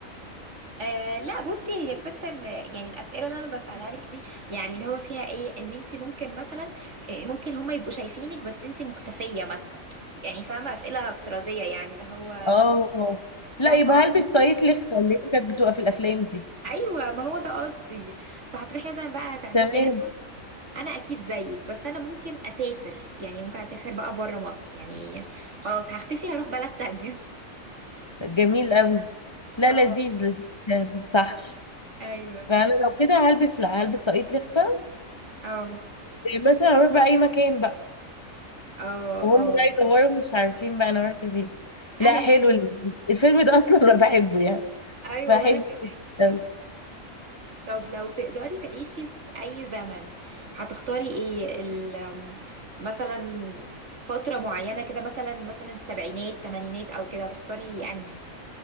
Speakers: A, on the right (about 60°); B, on the left (about 20°).
A: آه لا بصي هي الفكره ان يعني الاسئله اللي انا بسالها لك دي يعني اللي هو فيها ايه ان انت ممكن مثلا آه، ممكن هم يبقوا شايفينك بس انت مختفيه مثلا يعني فاهمه اسئله افتراضيه يعني اللي هو
B: اه
A: فاهمه
B: لا يبقى هلبس طاقية لخفة اللي هي كانت بتبقى في الافلام دي
A: ايوه ما هو ده قصدي فهتروحي مثلا بقى تعملي
B: تمام
A: يعني انا اكيد زيك بس انا ممكن اسافر يعني ممكن اسافر بقى بره مصر يعني خلاص هختفي هروح بلد تانية
B: جميل قوي
A: <laughs>
B: لا
A: اه
B: لذيذ لذيذ صح
A: ايوه
B: فانا لو كده هلبس لا هلبس طاقية لخفة
A: اه
B: ومثلا اروح بقى اي مكان بقى
A: اه
B: وهم
A: اه
B: بقى يدوروا مش عارفين بقى انا رحت فين لا
A: ايوه
B: حلو لذيذ الفيلم ده اصلا انا بحبه يعني
A: ايوه
B: فحلو
A: وانا كمان
B: أوي.
A: طب لو تقدري تعيشي في اي زمن هتختاري ايه ال أم، مثلا فترة معينة كده مثلا مثلا السبعينات تمانينات او كده هتختاري انهي